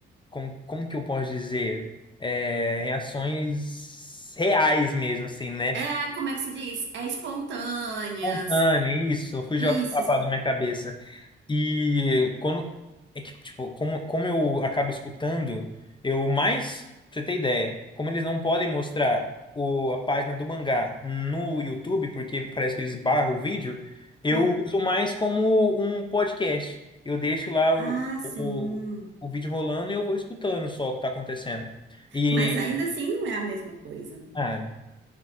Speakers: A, on the left; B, on the right.
A: como, como que eu posso dizer? É, reações reais mesmo, assim, né?
B: É, como é que se diz? É espontâneas.
A: Espontâneo, isso, fugiu
B: Isso.
A: a
B: es-
A: palavra da minha cabeça. E quando é que, tipo, como, como eu acabo escutando, eu mais, pra você ter ideia, como eles não podem mostrar o, a página do mangá no YouTube, porque parece que eles barram o vídeo, eu
B: hum.
A: uso mais como um podcast. Eu deixo lá
B: Ah,
A: o,
B: sim.
A: o, o vídeo rolando e eu vou escutando só o que tá acontecendo. E,
B: Mas ainda assim não é a mesma coisa.
A: ah,